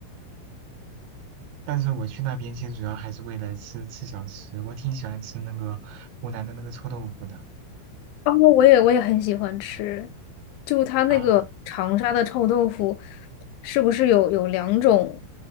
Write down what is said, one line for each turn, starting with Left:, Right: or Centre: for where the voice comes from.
Right: 但是我去那边其实主要还是为了吃吃小吃，我挺喜欢吃那个湖南的那个臭豆腐的。
Left: 哦，我也我也很喜欢吃，就它那个长沙的臭豆腐，
Right: 啊，
Left: 是不是有有两种，